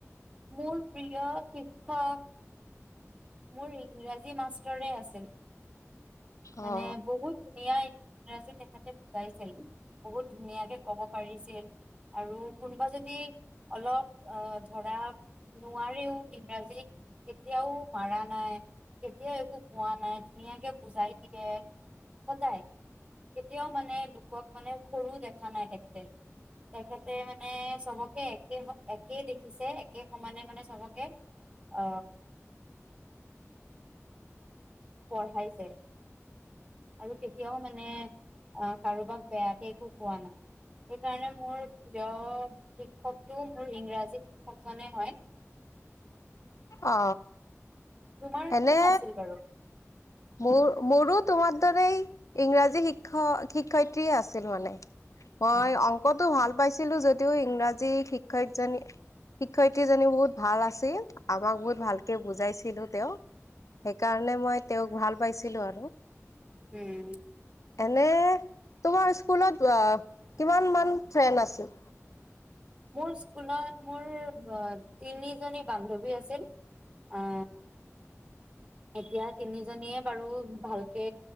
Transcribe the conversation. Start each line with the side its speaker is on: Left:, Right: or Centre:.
Right: মোৰ প্ৰিয় শিক্ষক মোৰ ইংৰাজী মাষ্টৰে আছিল
Left: অ
Right: মানে বহুত ধুনীয়া ইংৰাজী তেখেতে বুজাইছিল বহুত ধুনীয়াকে ক'ব পাৰিছিল আৰু কোনোবা যদি অলপ অ ধৰা নোৱাৰেও ইংৰাজী কেতিয়াও মাৰা নাই কেতিয়াও একো কোৱা নাই ধুনীয়াকে বুজাই দিয়ে সদায় কেতিয়াও মানে লোকক মানে সৰু দেখা নাই তেখেতে তেখেতে মানে চবকে একে একে দেখিছে একে ম মানে মানে চবকে অ পঢ়াইছে আৰু কেতিয়াও মানে আহ কাৰোবাক বেয়াকে একো কোৱা নাই সেইকাৰণে মোৰ প্ৰিয় শিক্ষকটো মোৰ ইংৰাজী শিক্ষকজনে হয়
Left: অ
Right: তোমাৰ
Left: এনে
Right: কোন আছিল বাৰু
Left: মোৰ মোৰো তোমাৰ তে ইংৰাজী শিক্ষক শিক্ষয়িত্ৰ্ৰী আছিল মানে হয়
Right: অ
Left: অংকতো ভাল পাইছ ছিলো যদিও ইংৰাজী শিক্ষয়তজনী শিক্ষয়িত্ৰীজনী বহুত ভাল আছিল আমাক বহুত ভালকৈ বুজাইছিলোঁ তেওঁ সেইকাৰণে মই তেওঁক ভাল পাইছিলোঁ আৰু
Right: উম
Left: এনে তোমাৰ স্কুলত কিমান মান ফ্ৰেণ্ড আছিল
Right: মোৰ স্কুলত মোৰ তিনিজনী বান্ধৱী আছিল অ এতিয়া তিনিজনীয়ে বাৰু ভালকে